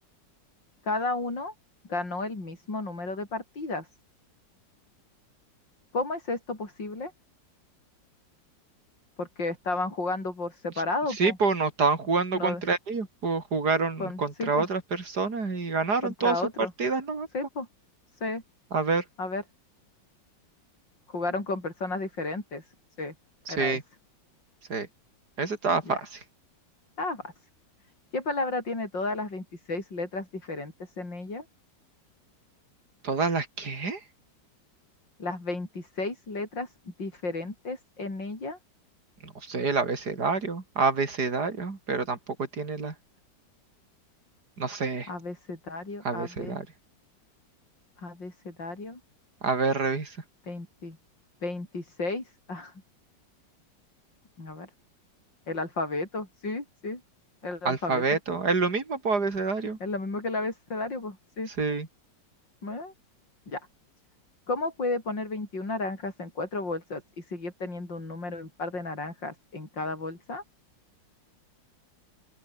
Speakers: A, on the left; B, on the right.
A: Cada uno ganó el mismo número de partidas. ¿Cómo es esto posible? Porque estaban jugando por separado,
B: S- Sí,
A: po.
B: pues no estaban jugando
A: No,
B: contra ellos, pues jugaron
A: con,
B: contra
A: sí, po,
B: otras personas y ganaron
A: contra
B: todas sus
A: otro.
B: partidas, ¿no?
A: Sí, po. Sí.
B: A ver,
A: A ver. Jugaron con personas diferentes. Sí,
B: sí,
A: era ese.
B: sí. Ese estaba
A: Ya.
B: fácil.
A: Estaba fácil. ¿Qué palabra tiene todas las 26 letras diferentes en ella?
B: ¿Todas las qué?
A: las 26 letras diferentes en ella,
B: No sé, el abecedario, abecedario, pero tampoco tiene la, no sé,
A: abecedario,
B: abecedario.
A: AB, abecedario,
B: A ver, revisa.
A: veinte veintiséis ah, a ver, el alfabeto, sí, sí, el alfabeto,
B: Alfabeto, es lo mismo, pues abecedario.
A: es lo mismo que el abecedario, pues, sí,
B: Sí.
A: eh, ya. ¿Cómo puede poner 21 naranjas en cuatro bolsas y seguir teniendo un número impar de naranjas en cada bolsa?